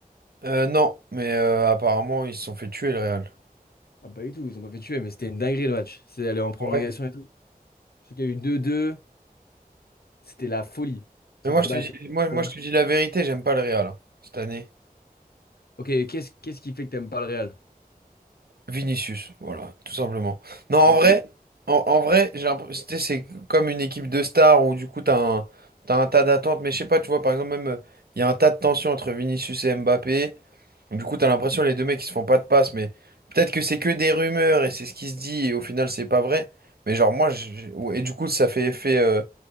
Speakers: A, on the right; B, on the left.
A: Euh, non, mais euh, apparemment, ils se sont fait tuer le Real.
B: Ah, pas du tout, ils ont pas fait tuer, mais c'était une dinguerie le match. C'est allé en prolongation
A: Ah ouais.
B: et tout. Je sais qu'il y a eu deux deux c'était la folie. Ça
A: Mais moi,
B: se
A: je
B: battait.
A: te dis, moi, moi,
B: Hein.
A: je te dis la vérité, j'aime pas le Real hein, cette année.
B: Ok, qu'est-ce qu'est-ce qui fait que t'aimes pas le Real?
A: Vinicius, voilà, tout simplement. Non, en vrai,
B: Juste
A: en, en vrai, j'ai l'impression, tu sais, c'est comme une équipe de stars où du coup, t'as un, t'as un tas d'attentes. Mais je sais pas, tu vois, par exemple, même, euh, il y a un tas de tensions entre Vinicius et Mbappé. Du coup, t'as l'impression les deux mecs ils se font pas de passe, mais peut-être que c'est que des rumeurs et c'est ce qui se dit et au final c'est pas vrai. Mais genre moi, je- ouais, et du coup ça fait effet euh,